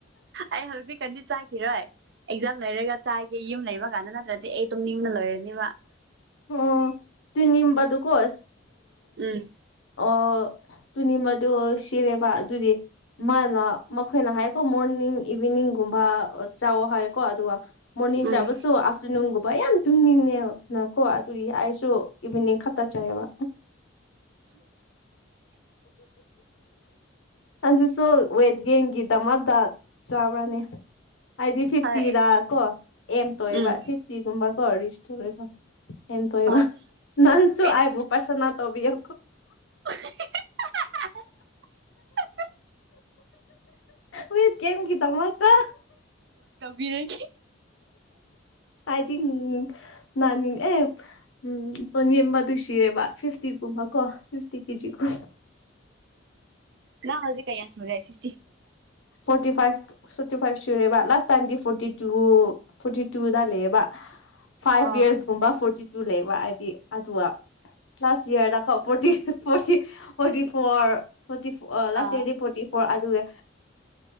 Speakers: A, on the right; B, on the left.
A: ꯑꯩ ꯍꯧꯜꯕꯤ ꯀꯗꯤꯠ ꯆꯥꯈꯤꯔꯣꯏ ꯑꯦꯛꯖꯥꯝ ꯂꯩꯔꯒ ꯆꯥꯏꯒꯦ ꯌꯨꯝ ꯂꯩꯃ ꯀꯥꯟꯗ ꯅꯠꯇ꯭ꯔꯗꯤ ꯑꯩ ꯑꯗꯨꯝ ꯌꯨꯝꯅ ꯂꯩꯔꯅꯤꯕ
B: ꯑꯣ ꯇꯨ ꯅꯤꯡꯝꯕꯗꯨꯀꯣꯁ
A: ꯎꯝ
B: ꯑꯣ ꯇꯨꯅꯤ ꯃꯗꯨ ꯁꯤꯔꯦꯕ ꯑꯗꯨꯗꯤ ꯃꯥꯅ ꯃꯈꯣꯏꯅ ꯍꯥꯏꯀꯣ ꯃꯣꯔꯅꯤꯡ ꯏꯚꯤꯅꯤꯡꯒꯨꯝꯕ ꯆꯥꯎꯋ ꯍꯥꯏꯌꯦꯀꯣ ꯑꯗꯨꯒ ꯃꯣꯔꯅꯤꯡꯡ
A: ꯎꯝ
B: ꯆꯕꯁꯨ ꯑꯐꯇꯔꯅꯨꯟꯒꯕ ꯌꯥꯝ ꯇꯨꯡꯅꯤꯅꯤ ꯎꯅꯔ ꯇꯨꯏ ꯑꯩꯁꯨ ꯏꯚꯅꯤꯡ ꯈꯛꯇ ꯆꯥꯏꯌꯦꯕ
A: ꯎꯝ
B: ꯑ ꯁꯣ ꯍꯌꯦꯡꯒꯤꯗꯃꯗ ꯆꯥꯕ꯭ꯔꯅꯤ ꯍꯥꯏꯗꯤ ꯐꯤꯐꯇꯤꯗ
A: ꯍꯣꯏ ꯑꯩꯁꯨ
B: ꯀꯣ ꯑꯦꯝ ꯇꯣꯛꯑꯦꯕ
A: ꯎꯝ
B: ꯐꯤꯐꯇꯤꯒꯨꯝꯕ ꯀꯣ ꯔꯤꯁ ꯇꯧꯔꯦꯀ ꯑꯦꯝ ꯇ ꯏꯕ
A: ꯍꯣꯏ
B: ꯅꯅꯥꯟꯁꯨ
A: ꯑꯩꯗ
B: ꯑꯕꯨ
A: ꯐꯤꯐꯇꯤ
B: ꯄꯔꯁꯅꯥ ꯇꯣꯕꯤꯣ
A: <unintelligible>
B: ꯣꯏ ꯀꯦꯝ ꯀ ꯇꯔ ꯇ
A: ꯕꯤꯔꯈꯤ
B: ꯍ ꯑꯥꯏ ꯊꯤꯡ ꯅꯅꯤ ꯑꯦ ꯎ ꯇꯣꯟꯦꯝꯕ ꯑꯗꯨ ꯁꯤꯔꯦꯕ ꯐꯤꯐꯇꯤ ꯀ ꯃꯀꯣ ꯏꯐꯇꯤ ꯀꯦꯖꯤ ꯀ
A: ꯅ ꯍꯧꯖꯤꯛ ꯀ ꯁꯨꯖꯥꯏꯁꯤ
B: ꯐꯣꯔꯇꯤ ꯐꯥꯏꯚ ꯐꯣꯔꯇꯤ ꯐꯥꯏꯚ ꯁꯨꯔꯦꯕ ꯂꯥꯁ ꯇꯥꯏꯝꯗꯤ ꯐꯣꯔꯇꯤ ꯇꯨ ꯐꯣꯔꯇꯤ ꯇꯨꯗ ꯂꯩꯑꯦꯕ ꯐꯥꯏꯚ
A: ꯑꯥ
B: ꯌꯔꯁꯀꯨꯝꯕ ꯐꯣꯔꯇꯤ ꯇꯨ ꯂꯩꯕ ꯍꯥꯏꯗꯤ ꯑꯗꯨꯒ ꯂꯥꯁ ꯌꯌꯥꯔꯗ ꯐꯇꯤ ꯐꯣꯔꯇꯤ ꯐꯣꯔꯇꯤ ꯐꯣꯔ ꯐꯣꯔꯇꯤ ꯐ
A: ꯑꯥ
B: ꯂꯥꯁꯔ ꯐꯣꯔꯇꯤ ꯐꯣꯔ ꯑꯗꯨꯒ